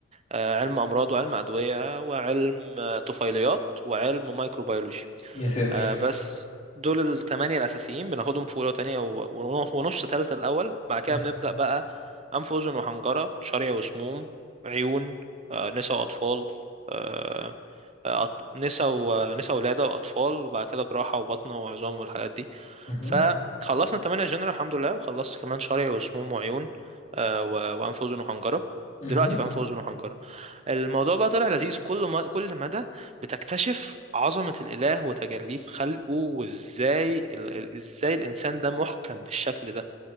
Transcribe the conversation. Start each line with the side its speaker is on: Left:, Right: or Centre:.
Right: آه، علم أمراض وعلم أدوية وعلم آه، طفيليات وعلم مايكروبيولوجي
Left: يا ساتر
Right: آه، بس دول الثمانية الأساسيين بناخدهم في أولى وتانية و- ون- ونص تالتة الأول بعد كده
Left: مه-
Right: بنبدأ بقى أنف وأذن وحنجرة شرع وسموم عيون آه، نسا وأطفال آه، آه، أط- نسا ونسا ولادة وأطفال وبعد كده جراحة وبطنة وعظام والحاجات دي
Left: مه-
Right: فخلصنا الثمانية جنرال الحمد لله وخلصت كمان شرع وسموم وعيون آه، و- وأنف وأذن وحنجرة
Left: مه.
Right: دلوقتي في أنف وأذن وحنجرة الموضوع بقى طلع لذيذ كل ما كل مدى بتكتشف عظمة الإله وتجليه في خلقه وإزاي ال... ال- إزاي الإنسان ده محكم بالشكل ده